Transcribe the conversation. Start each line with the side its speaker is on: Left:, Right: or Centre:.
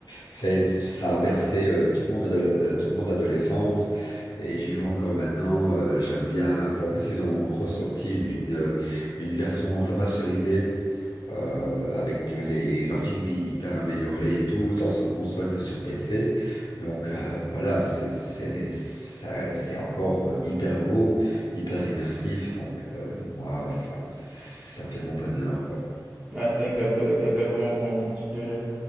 Left: Ça a, été- ça a bercé euh, toute mon ado- euh, toute mon adolescence. Et j'y joue encore maintenant. euh, j'aime bien. Enfin, en plus, ils ont ressorti une, euh, une version remasterisée euh, avec les graphismes hy- hyper améliorés et tout, autant sur console que sur PC. Donc euh, voilà, c'est c'est ça- c'est encore euh, hyper beau, hyper immersif. Donc euh, moi, enfin, ça fait mon bonheur, quoi.
Right: Ouais, c'était exacto- c'est exactement ton, ton type de jeu.